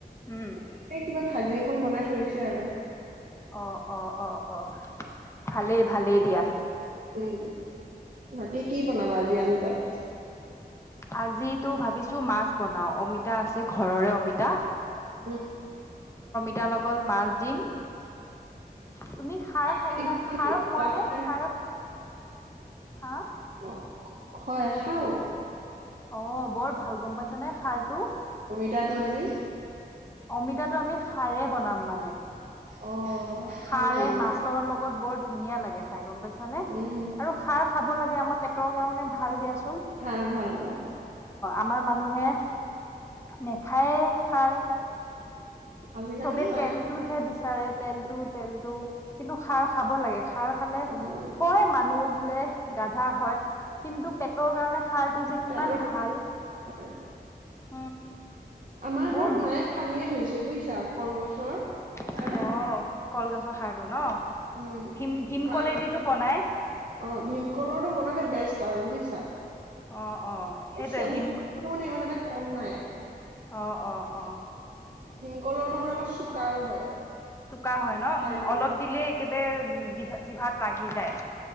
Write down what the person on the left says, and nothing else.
উম
অ অ অ অ, ভালেই-ভালেই দিয়া।
আজিতো ভাবিছো মাছ বনাও, অমিতা আছে ঘৰৰে অমিতা।
তাৰ লগত মাছ দিম। তুমি খাৰ খাইছা
সাৰ
খোৱা
নে
সাৰ হা?
অ বৰ ভাল গম পাইছানে খাৰটো
অমিতাটো আমি খাৰে বনাম মানে
সাৰে
মাছৰ লগত বৰ ধুনীয়া লাগে খাই গম পাইছা নে?
আৰু খাৰ খাব লাগে আমাৰ পেটৰ কাৰণে ভাল দিয়াচুন।
আমাৰ মানুহে নেখায়ে খাৰ
চবে
তেলটোহে বিচাৰে তেলটো তেলটো কিন্তু খাৰ খাব লাগে খাৰ খালে
কয় মানুহ বোলে গাধা হয় কিন্তু পেটৰ কাৰণে খাৰটো যে কিমান
ভাল। <unintelligible>
বহুত
অ'
কলগছৰ সাৰটো ন।
ভীম ভীমকলেদিতো
বনাই
অ' অ' সেইটোৱে
ভীম
অ অ অহ
চোকা হয় ন
উম, অলপ দিলেই একেবাৰো জিভাত লাগি যায়।